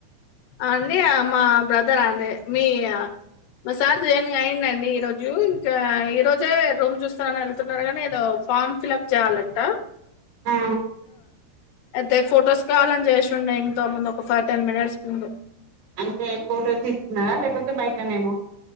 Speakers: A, on the left; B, on the right.
A: ఆ అండి మా బ్రదర్ అదే మీ మీ సార్ జాయిన్ అయిందండి ఈరోజు ఇంకా ఈరోజే రూమ్ చూస్తానని వెళ్తున్నారు కానీ ఏదో ఫామ్ ఫిల్ అప్ చెయ్యాలంట
B: ఆ
A: అయితే ఫోటోస్ కావాలని చేసిండే ఇంతో ముందు ఒక ఫైవ్ టెన్ మినిట్స్ డు
B: అంటే ఫోటో తీస్తున్నారా లేకపోతే బయట నేనా